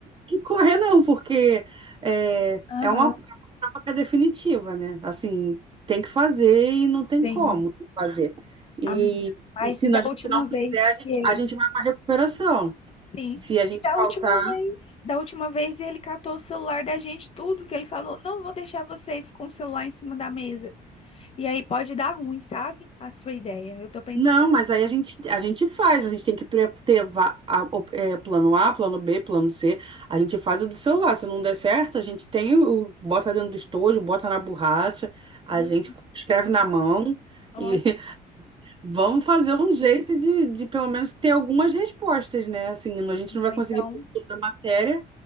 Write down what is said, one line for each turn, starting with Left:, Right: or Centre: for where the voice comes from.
Right: que correr não, porque é,
Left: Aham,
Right: é uma é uma prova que é definitiva, né? Assim, tem que fazer e não tem
Left: tenho.
Right: como fazer. E,
Left: Amiga. Mas
Right: e se
Left: e da
Right: a gente
Left: última
Right: não fizer,
Left: vez
Right: a gente,
Left: que ele
Right: a gente vai para recuperação.
Left: Sim.
Right: Se a gente
Left: E da
Right: faltar,
Left: última vez, da última vez ele catou o celular da gente, tudo que ele falou, não vou deixar vocês com o celular em cima da mesa. E aí pode dar ruim, sabe? A sua ideia. Eu tô pensando,
Right: Não, mas aí a gente, a gente faz, a gente tem que pre- ter va- a- o- é, plano A, plano B, plano C. A gente faz o do celular. Se não der certo, a gente tem o, o- bota dentro do estojo, bota na borracha, a
Left: ah,
Right: gente escreve na mão
Left: ótimo.
Right: e <laughs> vamos fazer um jeito de, de pelo menos ter algumas respostas, né? Assim, a gente
Left: Não,
Right: não vai
Left: então,
Right: conseguir toda a matéria,